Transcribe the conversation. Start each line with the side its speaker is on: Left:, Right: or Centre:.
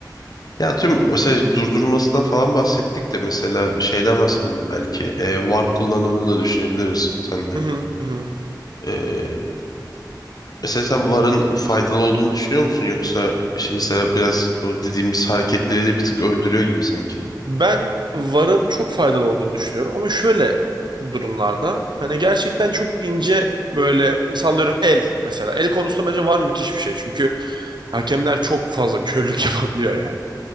Left: Ya tüm mesela durdurulmasından falan bahsettik de mesela şeyden bahsedelim belki e, VAR kullanımını da düşünebiliriz sende.
Right: Hı hı, hı hı.
Left: Ee, mesela sen VAR'ın faydalı olduğunu düşünüyor musun? Yoksa işte mesela biraz o dediğimiz hareketliliği de bir tık öldürüyor gibi sanki.
Right: Ben VAR'ın çok faydalı olduğunu düşünüyorum ama şöyle durumlarda hani gerçekten çok ince böyle sallıyorum el mesela. El konusunda bence VAR müthiş bir şey çünkü hakemler çok fazla körlük <laughs> yapabiliyor yani.